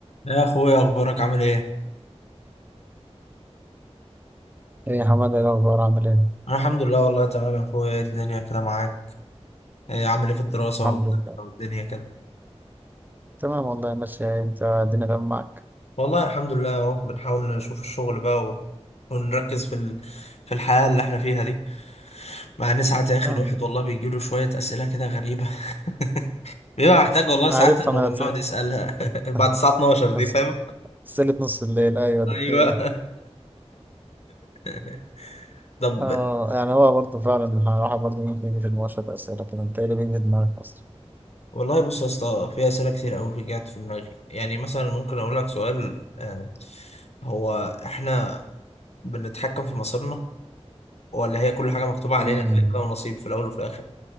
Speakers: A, on the left (about 70°); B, on the right (about 15°).
A: يا اخويا اخبارك عامل ايه
B: ايه يا حماده ايه الاخبار عامل ايه
A: انا الحمد لله والله تمام يا اخويا إيه الدنيا كده معاك إيه عامل ايه في الدراسه
B: الحمد
A: والمذاكره
B: لله
A: والدنيا كده
B: تمام والله ماشي انت الدنيا تمام معاك
A: والله الحمد لله اهو بنحاول نشوف الشغل بقى و... ونركز في ال... في الحياه اللي احنا فيها دي مع ان ساعات يا اخي
B: آه.
A: الواحد والله بيجي له شويه اسئله كده غريبه <laughs> بيبقى محتاج والله ساعات
B: عرفت
A: انه
B: انا سل-
A: يقعد يسالها <laughs> بعد
B: <laughs>
A: الساعه 12 دي
B: بس
A: فاهم
B: سلة نص الليل ايوه دي
A: ايوه
B: هي دي
A: <laughs> طب
B: اه يعني هو برضه فعلا الراحه برضه ممكن يجي في المواشط اسئله كده انت ايه اللي بيجي في دماغك اصلا
A: والله بص يا اسطى في اسئله كتير قوي رجعت في دماغي يعني مثلا ممكن اقول لك سؤال آه، هو احنا بنتحكم في مصيرنا ولا هي كل حاجه مكتوبه علينا
B: امم
A: كده كده ونصيب في الاول وفي الاخر